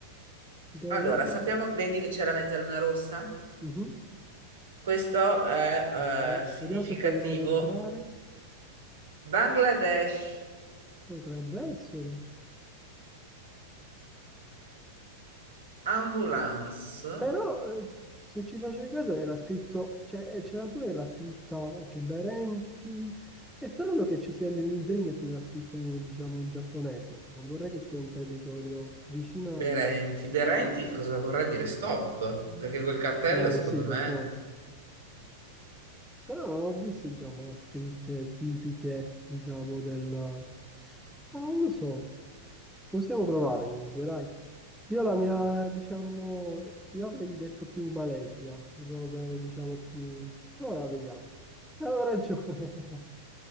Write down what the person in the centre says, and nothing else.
Taiwan.
Mhm.
Eh,
Vediamo se proviamo ad entrare.
Potrebbe essere.
Però, eh, se ci facevi caso, era scritto... Cioè, eh, c'era pure la scritta, ok, Berenti. È strano che ci sia nell'insegna pure la scritta, in, diciamo, in giapponese. Cioè, non vorrei che sia un territorio vicino
al...
Eh
sì, per
forza. Però non ho visto, diciamo, la scritte tipiche, diciamo, del... Ah, non lo so. Possiamo provare comunque, dai. Io la mia, diciamo, io avrei detto più Malesia, robe, diciamo, più... Però la vediamo. <laughs> Eh, Avevo ragione.